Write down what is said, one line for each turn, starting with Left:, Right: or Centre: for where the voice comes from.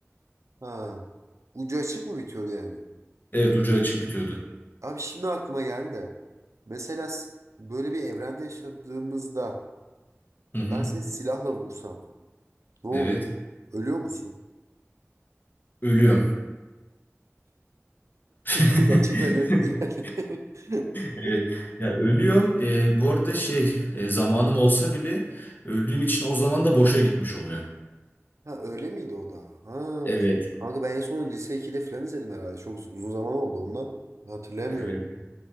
Right: Ha. Ucu açık mı bitiyordu yani?
Left: Evet ucu açık bitiyordu.
Right: Abi şimdi aklıma geldi de. Mesela s- böyle bir evrende yaşadığımızda
Left: Hı hı.
Right: ben seni silahla vursam ne oluyor?
Left: Evet.
Right: Ölüyor musun?
Left: Ölüyorum. <laughs>
Right: Çok açık ve netti yani. <laughs>
Left: Evet. Ya ölüyorum. Ee, bu arada şey e, zamanım olsa bile öldüğüm için o zaman da boşa gitmiş oluyor.
Right: Ha öyle miydi o da? Ha.
Left: Evet.
Right: Kanka ben en son lise ikide falan izledim herhalde. Çok uz- uzun zaman oldu ondan. Hatırlayamıyorum
Left: Evet.
Right: ya.